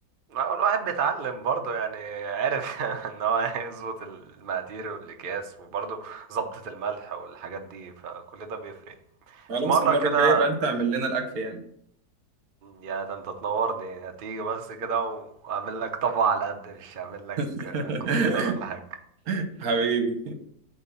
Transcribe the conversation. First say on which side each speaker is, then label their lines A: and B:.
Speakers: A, on the right; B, on the right.
A: ما هو الواحد بيتعلم برضه يعني عارف <laughs> ان هو يظبط المقادير والاكياس وبرضه ظبطة الملح والحاجات دي فكل ده بيفرق
B: خلاص
A: في مرة
B: المره
A: كده
B: الجايه بقى انت اعمل لنا الاكل يعني
A: يا ده انت تنورني هتيجي بس كده واعمل لك طبق على قد مش هعمل لك
B: <laughs>
A: كونتينر ولا حاجة
B: حبيبي